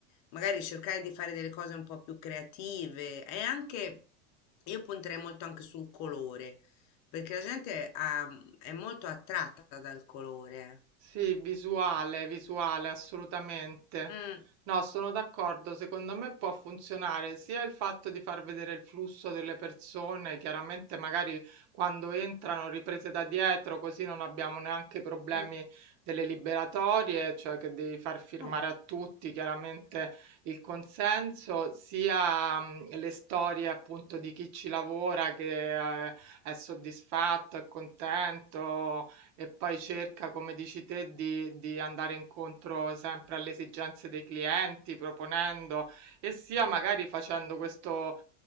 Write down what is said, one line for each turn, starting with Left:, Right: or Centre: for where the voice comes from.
Left: magari cercare di fare delle cose un po' più creative e anche io punterei molto anche sul colore, perché la gente ha- è molto attratta dal colore.
Right: Sì, visuale, visuale, assolutamente.
Left: eh. Mm,
Right: No, sono d'accordo, secondo me può funzionare sia il fatto di far vedere il flusso delle persone, chiaramente magari quando entrano riprese da dietro, così non abbiamo neanche problemi
Left: mm,
Right: delle liberatorie, cioè che devi far firmare
Left: eh,
Right: a tutti chiaramente il consenso, sia mh, le storie appunto di chi ci lavora che eh, è soddisfatto, è contento e poi cerca, come dici te, di, di andare incontro sempre alle esigenze dei clienti, proponendo e sia magari facendo questo